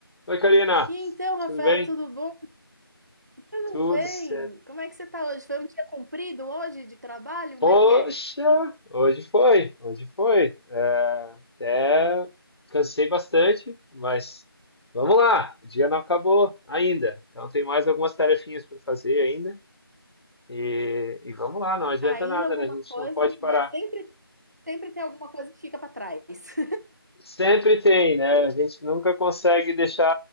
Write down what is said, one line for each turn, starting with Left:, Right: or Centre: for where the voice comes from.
Left: Oi, Karina.
Right: E então, Rafael,
Left: Tudo bem?
Right: tudo bom? Tudo
Left: Tudo
Right: bem?
Left: certo.
Right: Como é que você tá hoje? Foi um dia comprido hoje de trabalho?
Left: Poxa,
Right: Como é que é?
Left: hoje foi, hoje foi. É, até cansei bastante, mas vamos lá. O dia não acabou ainda. Então tem mais algumas tarefinhas para fazer ainda. E, e vamos lá, não adianta
Right: Ainda
Left: nada,
Right: alguma
Left: né? A gente
Right: coisa,
Left: não pode parar.
Right: né? Sempre, sempre tem alguma coisa que fica para trás. <laughs>
Left: Sempre tem, né? A gente nunca consegue deixar